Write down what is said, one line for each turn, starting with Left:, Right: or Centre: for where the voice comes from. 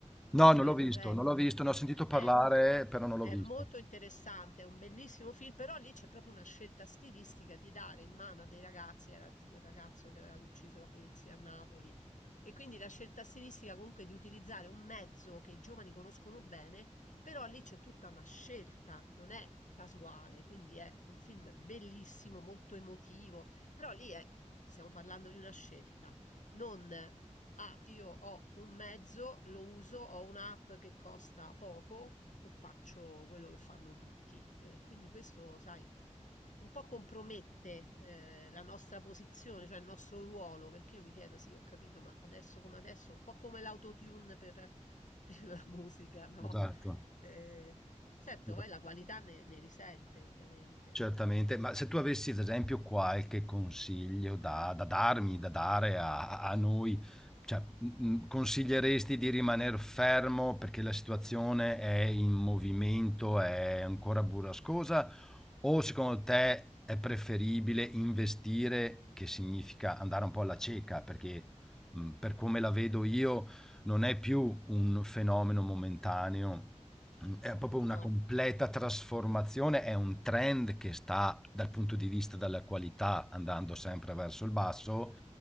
Left: di
Centre: No,
Left: Ferrente.
Centre: non l'ho visto, non l'ho visto,
Left: mi sem-
Centre: ne ho sentito parlare,
Left: È,
Centre: però non l'ho
Left: è
Centre: visto.
Left: molto interessante, è un bellissimo film, però lì c'è proprio una scelta stilistica di dare in mano a dei ragazzi, era di quel ragazzo che aveva ucciso la polizia a Napoli, e quindi la scelta stilistica comunque di utilizzare un mezzo che i giovani conoscono bene però lì c'è tutta una scelta, non è casuale, quindi è un film bellissimo, molto emotivo, però lì è, stiamo parlando di una scelta, non ah, io ho un mezzo, lo uso, ho un'app che costa poco e faccio quello che fanno tutti. E quindi questo, sai, un po' compromette eh, la nostra posizione, cioè il nostro ruolo, perché io mi chiedo, sì, ho capito, ma adesso come adesso, un po' come l'autotune per, per la musica, no?
Centre: Esatto,
Left: Eh, certo,
Centre: Esa-
Left: poi la qualità ne, ne risente, ovviamente.
Centre: certamente. Ma se tu avessi, ad esempio, qualche consiglio da, da darmi, da dare a, a noi, cioè, m- m- consiglieresti di rimanere fermo perché la situazione è in movimento, è ancora burrascosa? O secondo te è preferibile investire, che significa andare un po' alla cieca, perché mh, per come la vedo io non è più un fenomeno momentaneo, mh, è proprio una
Left: No?
Centre: completa trasformazione, è un trend che sta dal punto di vista della qualità andando sempre verso il basso